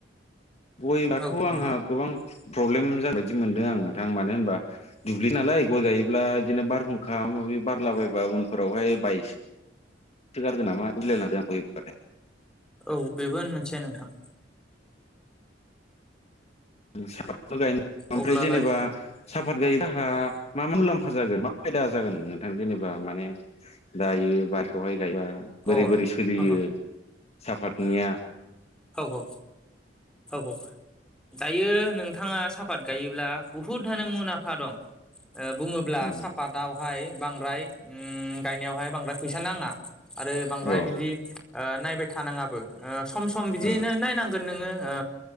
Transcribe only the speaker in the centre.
औ
नोंथां
औ बेबो मोनसे नोंथां।
अब्लालाय
अ
ह ह
हौ हौ हौ हौ दायो नों थाङा साफात गायोब्ला बुहुद आनो मुनाफा दं ओ बुङोब्ला
सापातावहाय बांद्राय उम गायनायावहाय बांद्राय फैसा नाङा आरो बांद्राय
बिदि ओ नायबाय थानाङाबो ओ सम सम बिदियैनो
नायनांगोन नोङो ओ